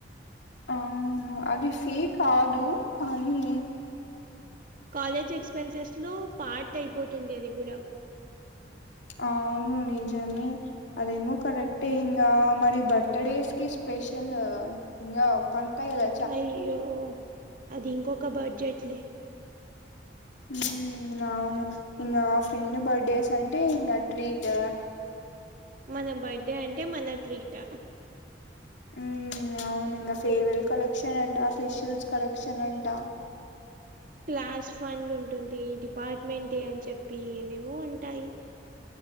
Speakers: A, on the left (about 80°); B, on the right (about 50°).
A: అవును అది ఫీ కాదు కనీ
B: కాలేజ్ ఎక్స్పెన్సెస్ లో పార్ట్ అయిపోతుంది అది గుడా
A: అవును నిజమే అదేమో కరెక్టే ఇన్ గా మరి బర్త్ డేస్ కి స్పెషల్ ఇంగా పడ్తాయ్ గద
B: అయ్యో అది ఇంకొక బడ్జెట్లే
A: హుమ్ అవును ఇంగా ఫ్రెండ్ బర్డేసంటే ఇంగ ట్రీట్
B: మన బర్డే అంటే మన ట్రీట్
A: ఉమ్ అవును ఇంగ ఫేర్వెల్ కలెక్షనంట, ఫ్రెషర్స్ కలెక్షనంట
B: క్లాస్ ఫండుంటుంది డిపార్ట్మెంట్ యని చెప్పి ఏమేమో ఉంటాయి